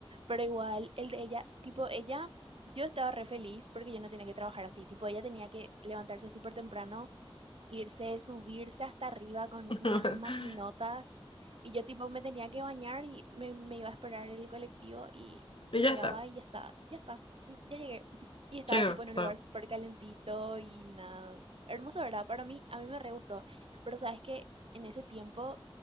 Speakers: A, on the right (about 65°); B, on the left (about 60°).
A: pero igual el de ella, tipo ella, yo estaba re feliz porque yo no tenía que trabajar así, tipo ella tenía que levantarse súper temprano irse, subirse hasta arriba con
B: <laughs>
A: unas maquinotas. Y yo tipo me tenía que bañar y me, me iba a esperar en el colectivo y
B: Y
A: llegaba
B: ya está.
A: y ya está, ya está, mm, ya llegué. <laughs> Y estaba
B: Qué
A: tipo
B: gusto.
A: en un lugar súper calentito y nada. Hermoso, ¿verdad? Para mí, a mí me re gustó. Pero sabes que en ese tiempo